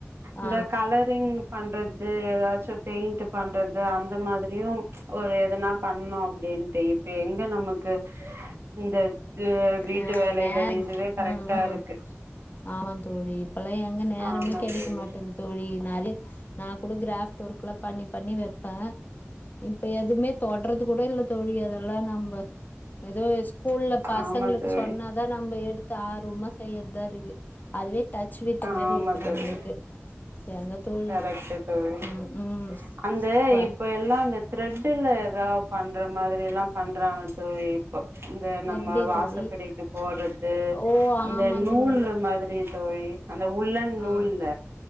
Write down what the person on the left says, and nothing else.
ஆ
ம்
நேகி
ம் ம்
ஆமா தோழி இப்பல்லா எங்க நேரமே
கெடைக்க
மாட்ட தோழி நெறை நா குடுக்கிற கிராஃப்ட் ஒர்க்ல்லா பண்ணி பண்ணி வைப்பே இப்ப எதுவுமே தொடுறது கூட இல்ல தோழி அதெல்லாம் நம்ம ஏதோ ஸ்கூல்ல பாஸ்
அதா நம்ம எடுத்து ஆர்வமா செய்யறதா இருக்கு அதுவே டச் வீட்ட
மாரி இருக்கு
நம்மளுக்கு எங்க தோழி
ம் ம்
ப
எப்டி
தோழி
ஓ
ஆமா
தோழி
ஆ